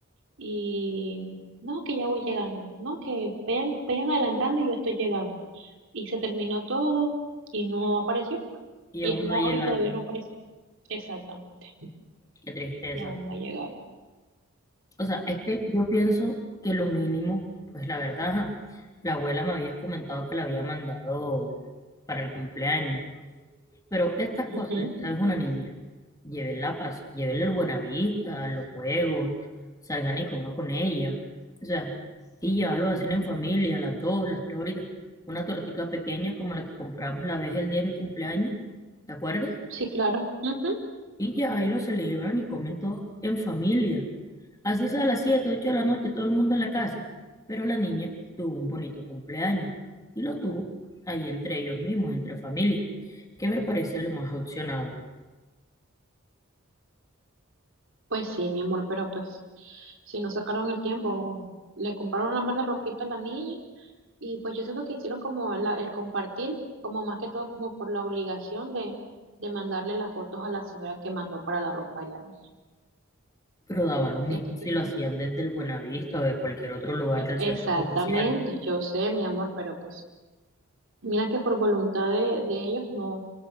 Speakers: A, on the right; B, on the left.
A: y no, que ya voy llegando, no, que vayan, vayan adelantando y yo estoy llegando. Y se terminó todo y no apareció.
B: y
A: Y
B: aún
A: es Laura
B: no ha llegado.
A: y todavía no apareció. Exactamente,
B: Qué tristeza.
A: y aún no ha llegado.
B: O sea, es que yo pienso que lo mínimo, pues la verdad, ajá, la abuela me había comentado que la había mandado para el cumpleaños. Pero estas
A: Ujú.
B: cosas, ¿sabes? Una niña, llévenla, paz, llévenle el Buenavista, los juegos, salgan y coman con ella. O sea, y ya lo hacen en familia, a las dos, las tres horitas. Una tortita pequeña como la que compramos la vez el día de mi cumpleaños, ¿te acuerdas?
A: Sí, claro. Ujú.
B: Y ya ahí lo celebran y comen todos en familia. Así sea a las 7 8 de la noche, todo el mundo en la casa. Pero la niña tuvo un bonito cumpleaños y lo tuvo ahí entre ellos mismos, entre familia, que me parece lo más opcionado.
A: Pues sí, mi amor, pero pues si no sacaron el tiempo, le compraron la mala ropita a la niña y pues yo siento que hicieron como la- el compartir, como más que todo como por la obligación de, de mandarle las fotos a la señora que mandó para la ropa de la niña.
B: pero daba lo mismo
A: Siento
B: si
A: que...
B: lo hacían desde el Buenavista o de cualquier otro lugar del
A: Exactamente,
B: centro comercial.
A: yo sé, mi amor, pero pues mira que por voluntad de, de ellos no,